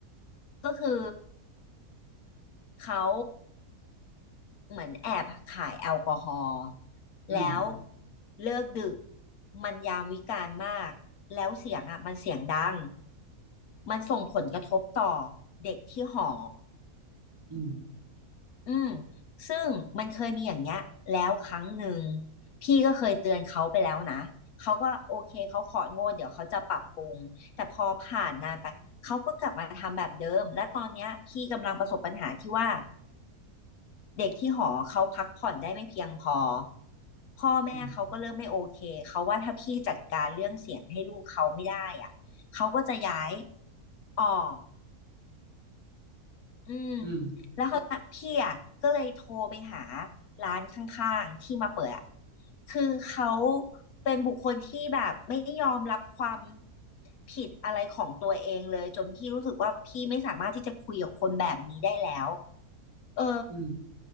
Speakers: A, on the left (about 75°); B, on the right (about 15°).
A: ก็คือเขา เหมือนแอบขายแอลกอฮอล์แล้ว
B: อืม
A: เลิกดึกมันยามวิกาลมากแล้วเสียงอ่ะมันเสียงดังมันส่งผลกระทบต่อเด็กที่หอ
B: อืม
A: อืมซึ่งมันเคยมีอย่างเงี้ยแล้วครั้งหนึ่งพี่ก็เคยเตือนเขาไปแล้วนะเขาก็โอเคเขาของดเดี๋ยวเขาจะปรับปรุงแต่พอผ่านนานไปเขาก็กลับมาทำแบบเดิมและตอนเนี้ยพี่กำลังประสบปัญหาที่ว่าเด็กที่หอเขาพักผ่อนได้ไม่เพียงพอ พ่อแม่เขาก็เริ่มไม่โอเค
B: อืม
A: เขาว่าถ้าพี่จัดการเรื่องเสียงให้ลูกเขาไม่ได้อ่ะเขาก็จะย้ายออก อืม
B: อืม
A: แล้วเขาวนี้พี่อ่ะก็เลยโทรไปหาร้านข้างๆที่มาเปิดอ่ะคือเขาเป็นบุคคลที่แบบไม่ยอมรับความผิดอะไรของตัวเองเลยจนพี่รู้สึกว่าพี่ไม่สามารถที่จะคุยกับคนแบบนี้ได้แล้วเออ
B: อืม